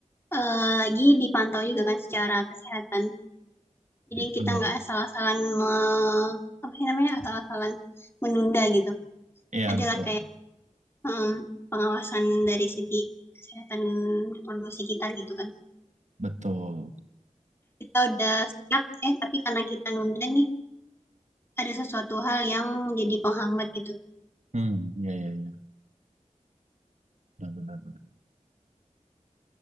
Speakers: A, on the left; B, on the right.
A: Eh, lagi dipantau juga kan secara kesehatan jadi
B: Betul.
A: kita nggak asal-asalan me- apa sih namanya asal-asalan menunda gitu
B: iya
A: adalah
B: betul
A: kayak em, pengawasan dari segi kesehatan reproduksi kita gitu kan
B: betul
A: kita udah siap eh tapi karena kita nunda nih ada sesuatu hal yang jadi penghambat gitu
B: hmm iya iya iya benar benar benar